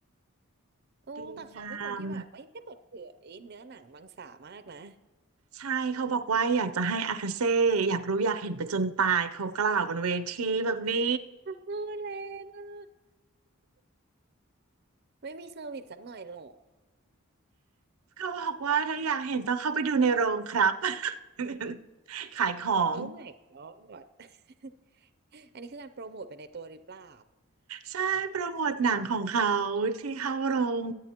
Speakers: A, on the right; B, on the right.
A: โอ้แต่เขาเป็นคนที่แบบไม่ไม่เปิดเผยเนื้อหนังมังสามากนะ
B: ดีงาม ใช่เขาบอกว่าอยากจะให้อากาเซ่อยากรู้อยากเห็นไปจนตายเขากล่าวบนเวทีแบบนี้
A: เออแรงอ่ะ <laughs> ไม่มีเซอร์วิสสักหน่อยเหรอ
B: เขาบอกว่าถ้าอยากเห็นต้องเข้าไปดูในโรงครับ <laughs> ขายของ
A: โอ้ my god <laughs> อันนี้คือการโปรโมทไปในตัวหรือเปล่า
B: ใช่โปรโมทหนังของเขาที่เข้าโรง